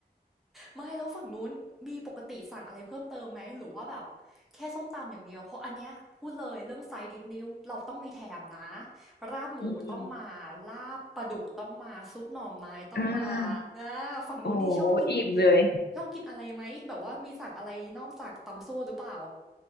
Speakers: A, in the centre; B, on the left (about 80°).
A: ไม่แล้วฝั่งนู้นมีปกติสั่งอะไรเพิ่มเติมไหมหรือว่าแบบแค่ส้มตำอย่างเดียวเพราะอันเนี้ยพูดเลยเรื่องไซด์ดิชนี้เราต้องมีแถมนะราบหมูต้องมาลาบปลาดุกต้องมาซุปหน่อไม้ต้องมา
B: อืมอ่า
A: นะฝั่งนู้นนี่ชอบกิน
B: โอ้อิ่มเลย
A: ชอบกินอะไรไหมแบบว่ามีสั่งอะไรนอกจากตำซั่วหรือเปล่า